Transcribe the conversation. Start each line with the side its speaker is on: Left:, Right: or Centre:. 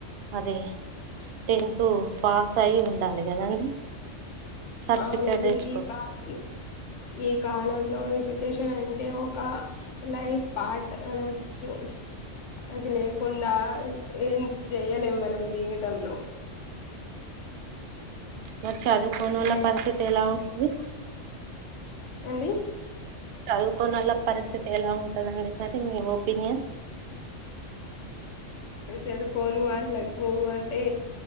Right: అది టెన్త్ పాస్ అయి ఉండాలి కదండి సర్టిఫికేట్
Left: అవునండి
Right: తెచ్చుకో
Left: ఈ కాలం ఈ కాలంలో ఎడ్యుకేషన్ అంటే ఒక లైఫ్ పార్ట్ అనొచ్చు అది లేకుండా ఏం చెయలేం మనం జీవితంలో
Right: మరి చదువుకోనోళ్ల
Left: లైఫ్
Right: పరిస్థితి ఎలా ఉంటది
Left: ఏందీ
Right: చదువుకోనోళ్ళ పరిస్థితి ఎలా ఉంటదండి మరి మీ ఒపీనియన్
Left: చదువుకోని వాళ్ళకు అంటే